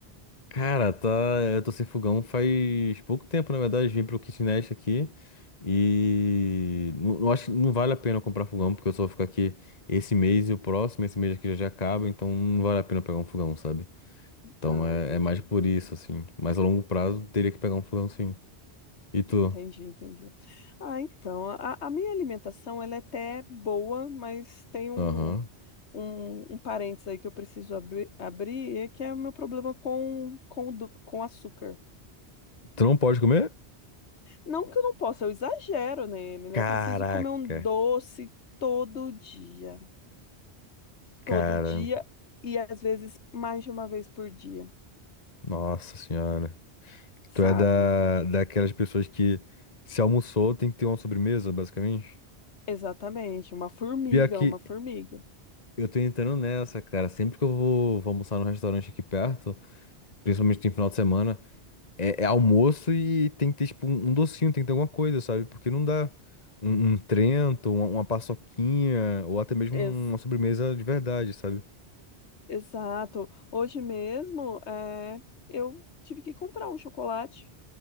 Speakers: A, on the left (about 40°); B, on the left (about 85°).
A: Cara, tá. Eu tô sem fogão faz pouco tempo, na verdade. Vim pro kitnet aqui e. Não, não acho que não vale a pena comprar fogão, porque eu só vou ficar aqui esse mês e o próximo. Esse mês aqui já, já acaba, então não vale a pena pegar um fogão, sabe? Então
B: Ah,
A: é,
B: entendi,
A: é mais
B: entendi.
A: por isso, assim. Mas a longo prazo teria que pegar um fogão, sim. E tu?
B: Entendi, entendi. Ah, então, a, a minha alimentação, ela é até boa, mas tem um
A: Aham.
B: um, um parênteses aí que eu preciso abri abrir, é que é o meu problema com, com, o do- com açúcar.
A: Tu não pode comer?
B: Não que eu não possa, eu exagero nele, né?
A: Caraca,
B: Eu preciso comer um doce todo dia.
A: cara.
B: Todo dia e às vezes mais de uma vez por dia,
A: Nossa senhora.
B: sabe?
A: Tu é da, daquelas pessoas que se almoçou tem que ter uma sobremesa, basicamente?
B: Exatamente, uma formiga,
A: Pior que
B: uma formiga.
A: Eu tô entrando nessa, cara. Sempre que eu vou, vou almoçar num restaurante aqui perto, principalmente no final de semana, é, é almoço e tem que ter, tipo, um um docinho, tem que ter alguma coisa, sabe? Porque não dá um, um Trento, uma, uma paçoquinha, ou até mesmo
B: Ex-
A: uma sobremesa de verdade, sabe?
B: exato. Hoje mesmo, é, eu tive que comprar um chocolate.